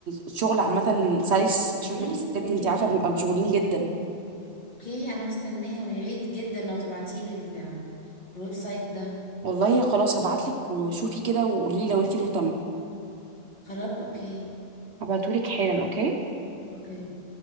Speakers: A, on the right (about 60°); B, on the left (about 35°).
A: الشغل عامة سلس
B: يا
A: عشان احنا كستات
B: ريت يا ريت
A: انت عارفة
B: والله
A: بنبقى مشغولين جدا
B: اوكي انا مستنية ويا ريت جدا لو تبعتيلي ال- الويب سايت ده
A: والله خلاص هبعتلك وشوفي كده وقولي لو انت مهتمة
B: خلاص اوكي
A: هبعتهولك حالا اوكي
B: اوكي